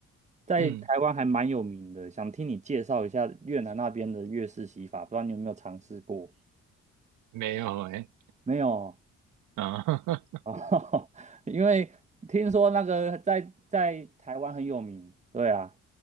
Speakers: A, on the right; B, on the right.
A: 在台湾还蛮有名的，
B: 嗯。
A: 想听你介绍一下越南那边的越式洗法，不知道你有没有尝试过？
B: 没有哎、
A: 没有哦。
B: 啊，<laughs>
A: 哦，<laughs> 因为听说那个在在台湾很有名，对啊，